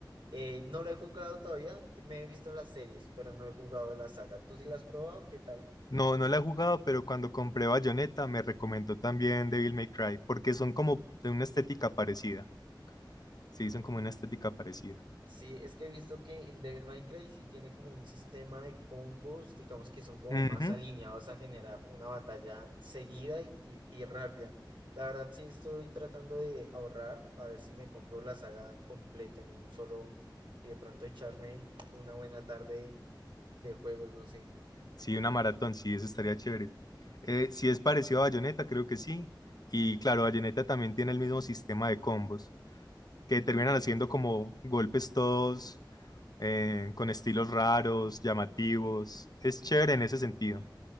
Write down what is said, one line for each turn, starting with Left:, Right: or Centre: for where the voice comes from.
Right: eh, no lo he jugado todavía, me he visto las series, pero no he jugado la saga. ¿Tú sí la has probado? ¿Qué tal?
Left: No, no la he jugado, pero cuando compré Bayonetta me recomendó también Devil May Cry, porque son como de una estética parecida. Sí, son como una estética parecida.
Right: Sí, es que he visto que en Devil May Cry sí tiene como un sistema de combos, digamos que son como
Left: Ujú.
Right: más alineados a generar una batalla seguida y, y- y rápida. La verdad sí estoy tratando de ahorrar para ver si me compro la saga completa en un solo y de pronto echarme una buena tarde de juegos, no sé.
Left: Sí, una maratón, sí, eso estaría chévere. Eh, si es parecido a Bayonetta, creo que sí. Y claro, Bayonetta también tiene el mismo sistema de combos, que terminan haciendo como golpes todos eh, con estilos raros, llamativos. Es chévere en ese sentido.